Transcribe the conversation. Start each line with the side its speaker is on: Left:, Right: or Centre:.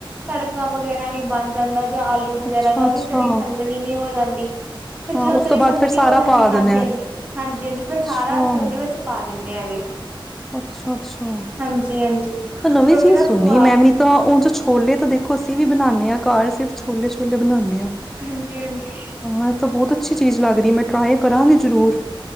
Right: ਤੜਕਾ ਵਗੈਰਾ ਨੀ ਬਣ ਜਾਂਦਾ। ਜਾਂ ਆਲੂ ਵਗੈਰਾ
Centre: ਅੱਛਾ
Right: ਜਾਂ
Centre: ਅੱਛਾ
Right: ਉਹਦੀ ਤਰੀ ਸੰਗਣੀ ਨਹੀਂ ਹੋ ਜਾਂਦੀ ਫੇਰ
Centre: ਹਾਂ
Right: ਜਦੋਂ
Centre: ਉਸ
Right: ਤਰੀ
Centre: ਤੋਂ ਬਾਅਦ
Right: ਸੰਘਣੀ
Centre: ਫਿਰ ਸਾਰਾ
Right: ਹੋ ਜਾਂਦੀ
Centre: ਪਾ ਦੇਣਾ
Right: ਹਾਂਜੀ ਹਾਂਜੀ ਹਾਂਜੀ ਹਾਂਜੀ ਫਿਰ
Centre: ਅੱਛਾ
Right: ਸਾਰਾ ਅਸੀਂ ਉਹੇ ਵਿੱਚ ਪਾ ਦਿੰਦੇ ਹੈਗੇ
Centre: ਅੱਛਾ ਅੱਛਾ
Right: ਹਾਂਜੀ ਹਾਂਜੀ ਫਿਰ
Centre: ਤਾਂ ਨਵੀਂ
Right: ਉਹਦੇ
Centre: ਚੀਜ਼
Right: ਨਾਲ
Centre: ਸੁਣਨੀ
Right: ਸਵਾਦ
Centre: ਮੈਂ ਵੀ ਨ ਤਾਂ ਉ ਚ ਛੋਲੇ ਤਾਂ ਦੇਖੋ ਅਸੀਂ ਵੀ ਬਣਾਉਦੇ ਘਰ ਸਿਰਫ ਛੋਲੇ ਛੋਲੇ ਬਣਾਉਂਦੇ ਹਾਂ।
Right: ਹਾਂਜੀ ਹਾਂਜੀ
Centre: ਹਾਂ, ਇਹ ਤਾਂ ਬਹੁਤ ਅੱਛੀ ਚੀਜ਼ ਲੱਗਦੀ ਹੈ ਮੈਂ ਟਰਾਈ ਕਰਾਂਗੀ ਜ਼ਰੂਰ।